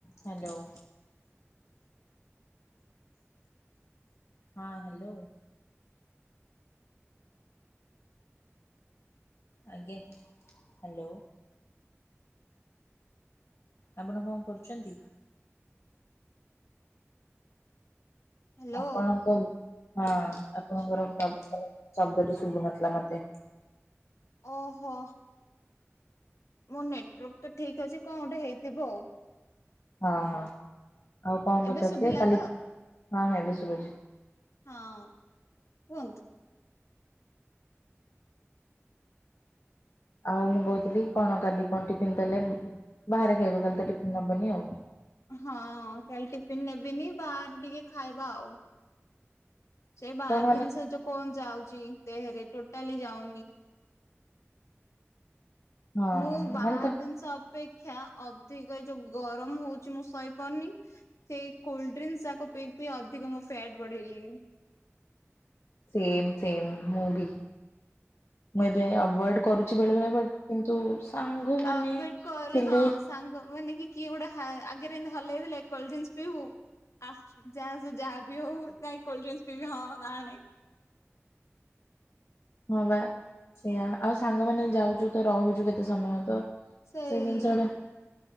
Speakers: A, on the left; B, on the left.
A: Hello. ହଁ hello. ଆଜ୍ଞା hello. ଆପଣ କଣ କରୁଛନ୍ତି?
B: ହ୍ୟାଲୋ
A: ଆପଣଙ୍କ ହଁ ଆପଣଙ୍କର ଶବ୍ଦ ଶଦ୍ଦଟି ଶୁଭୁନଥିଲା ମତେ।
B: ଓହୋ। ମୋ ନେଟୱାର୍କ ତ ଠିକ୍ ଅଛି କଣ ଗୋଟେ ହେଇଥିବ ଆଉ।
A: ହଁ ହଁ ଆଉ କଣ ପଚାରୁଥିଲେ
B: ଏବେ ଶୁଭିଲା
A: କାଲି
B: ତ
A: ହଁ ହଁ ଏବେ ଶୁଭୁଛି।
B: ହଁ କୁହନ୍ତୁ?
A: ଆଉ ମୁଁ କହୁଥିଲି କଣ କାଲି କଣ ଟିଫିନ୍ ଦେଲେ ବାହାରେ ଖାଇବ କାଲି ତ ଟିଫିନ୍ ନବନି ଆଉ।
B: ହଁ କାଲି ଟିଫିନ୍ ନେବିନି ବାହାର ଟିକେ ଖାଇବା ଆଉ। ସେ ବାହାର
A: ତମେ ମାନେ
B: ଜିନଷ ଯଉ କଣ ଯାଉଛି ଦେହେରେ ଟୋଟାଲି ଯାଉନି।
A: ହଁ
B: ମୁଁ ବାହାର
A: ମାନେ ତ
B: ଜିନିଷ ଅପେକ୍ଷା ଅଧିକ ଏ ଯୋଉ ଗରମ ହଉଛି ମୁଁ ଶଇ ପରୁନି। ସେଇ କୋଲ୍ ଡ୍ରିସ୍ ଯାକ ପି ପି ଅଧିକ ମୁଁ ଫ୍ୟାଟ ବଢେଇଲିଣି।
A: ସେମ୍ ସେମ୍ ମୁଁ ବି ମୁଁ ଏବେ ଆଭଏଡ କରୁଛି ବେଳେଳେ ବଟ୍ କିନ୍ତୁ ସାଙ୍ଗମାନେ
B: ଆଉ ୱେଟ୍ କରେ
A: ଥିଲେ।
B: ହଁ ସାଙ୍ଗ ମାନେ କିଏ ଗୋଟୋ ହା ଆଗରେମିତି ହଲେଇଲେ ଦେଲେ କୋଲ୍ ଡ୍ରିସ୍ ପିଇବୁ? ଆ ଯାହା ସେ ଯାହା ବି ହଉ ଯାଇ କୋଲ୍ ଡ୍ରିସ୍ ପିଇବି ହଁ ଆଣେ।
A: ହଁ ବା ସେଇୟା ଆଉ ସାଙ୍ଗମାନେ ଯାଉଛୁ ତ ରହୁଛୁ କେତେ ସମୟ ତ।
B: ସେଇ।
A: ସେ ଜିନିଷ ଟା